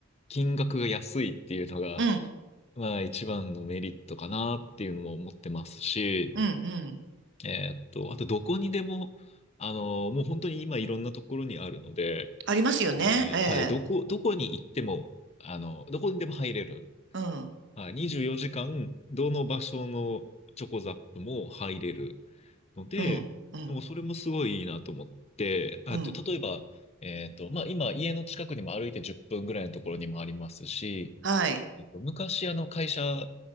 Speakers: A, on the left; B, on the right.
A: 金額が安いっていうのが、
B: うん。
A: まあ、一番のメリットかなっていうのも思ってますし、
B: うん。うん。
A: えーっと、あと、どこにでも、あの、もう本当に今いろんなところにあるので、
B: ありますよね。
A: えーはい、
B: ええ。
A: どこ、どこに行っても、あの、どこにでも入れる。
B: うん。
A: はい、24時間、どの場所のチョコザップも入れる。ので、
B: うん。うん。
A: もうそれもすごいいいなと思って、あと、
B: うん。
A: 例えば、えっと、まあ、今、家の近くにも歩いて10分ぐらいのところにもありますし、
B: はい。
A: えっと、昔、あの、会社、